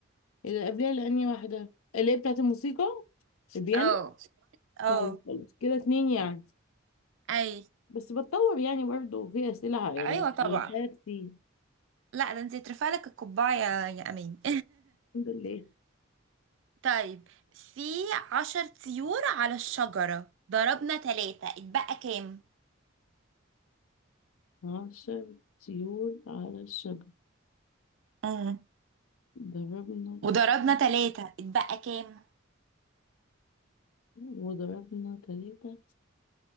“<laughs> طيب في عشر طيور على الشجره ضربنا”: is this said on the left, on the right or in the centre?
Right